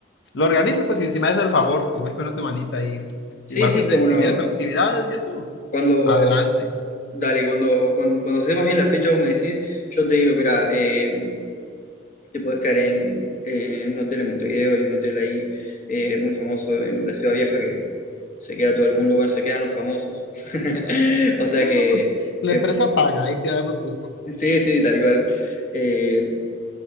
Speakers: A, on the left (about 65°); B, on the left (about 40°).
A: lo organizas, pues si, si me haces el favor, pues voy a estar una semanita ahí.
B: Sí,
A: Igual
B: sí,
A: pues de-
B: como
A: si
B: no.
A: tienes actividades y eso,
B: Cuando,
A: adelante.
B: Dale, cuando, cuando, cuando sepas bien la fecha, vos me decís, yo te digo, mira, eh, te podés quedar en, eh, en un hotel en Montevideo, hay un hotel ahí eh, muy famoso en la Ciudad Vieja que se queda todo el mundo, bueno, se quedan los famosos. <laughs> O sea
A: No,
B: que,
A: pues la
B: te-
A: empresa paga, hay que darnos gusto.
B: sí, sí, tal cual. Eh,